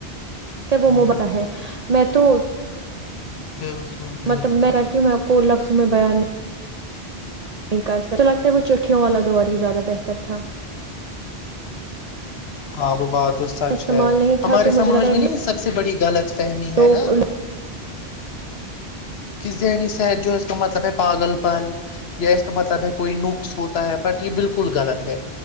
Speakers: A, on the right; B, on the left.
A: س وہ
B: ہاں
A: موباد رہے میں تو
B: بالکل بالکل
A: مطلب میں کرتی ہوں میں آپ کو لفظ سم بیان نہیں کر سکتا تو لگتا وہ چٹھیوں والا دور ہی زیادہ بہتر تھا
B: ہاں وہ بات تو سچ
A: استعمال
B: ہے
A: نہیں تھا
B: ہمارے
A: تو مجھے
B: سماج
A: لگتا ہے
B: میں نہیں یہ سب سے بڑی غلط فہمی ہے
A: لوگ
B: نا کہ ذہنی س ہے جو کا مطلب ہے پاگل پن یا اس کا مطلب کوئی نقص ہوتا ہے بٹ یہ بالکل غلط ہے